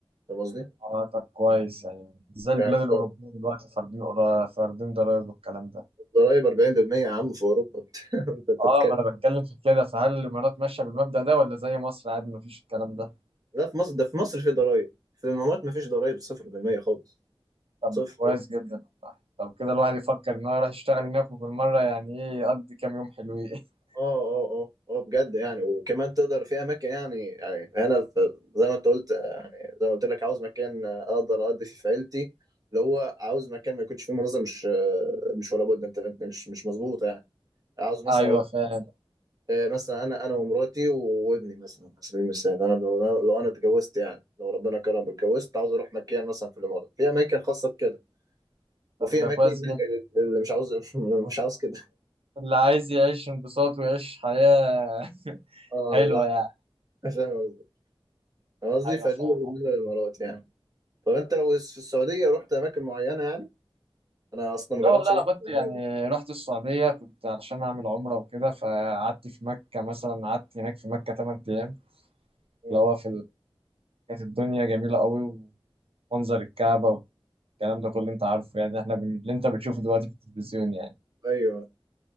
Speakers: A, on the right; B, on the right.
A: فاهم قصدي
B: اه طب كويس يعني زي البلاد
A: يعني
B: الأوروبية دلوقتي فاردين قضا- فاردين ضرايب والكلام ده
A: ضرايب 40% يا عم في اوروبا <laughs> انت انت
B: اه
A: بتتكلم
B: ما انا بتكلم في كده فهل الامارات ماشيه بالمبدأ ده ولا زي مصر عادي ما فيش الكلام ده
A: لا في مصر ده في مصر في ضرايب في الامارات ما فيش ضرايب 0% خالص
B: طب
A: صفر
B: كويس جدا والله طب كده الواحد يفكر ان هو يروح يشتغل هناك وبالمره يعني ايه يقضي كام يوم حلوين <laughs>
A: اه اه اه اه بجد يعني وكمان تقدر في اماكن يعني يعني هنا في- زي ما انت قلت يعني زي ما قلت لك عاوز مكان اقدر اقضي فيه في عيلتي اللي هو عاوز مكان ما يكونش فيه مناظر مش مش ولا بد انت انت مش مش مظبوطه يعني عاوز مثلا
B: ايوه فاهم
A: آه، مثلا انا انا ومراتي وابني مثلا على سبيل المثال انا لو لو انا اتجوزت يعني لو ربنا كرم اتجوزت عاوز اروح مكان مثلا في الامارات في اماكن خاصه بكده وفي
B: طب ده
A: اماكن
B: كويس جدا
A: اللي مش عاوز <laughs> مش عاوز كده
B: اللي عايز يعيش انبساط ويعيش حياه <laughs>
A: اه
B: حلوه
A: لا <laughs>
B: يعني
A: فاهم قصدي أنا قصدي
B: ايوه
A: فدي
B: فاهم
A: بالنسبه للامارات يعني طب انت لو في السعوديه رحت اماكن معينه يعني انا اصلا ما
B: لا
A: جربتش
B: والله
A: أروح
B: انا كنت
A: السعودية.
B: يعني رحت السعوديه كنت علشان اعمل عمره وكده فقعدت في مكه مثلا قعدت هناك في مكه 8 ايام
A: اه
B: اللي هو في ال... كانت الدنيا جميلة قوي ومنظر الكعبة والكلام ده كله انت عارفه يعني احنا بن... اللي انت بتشوفه دلوقتي في التلفزيون يعني
A: ايوه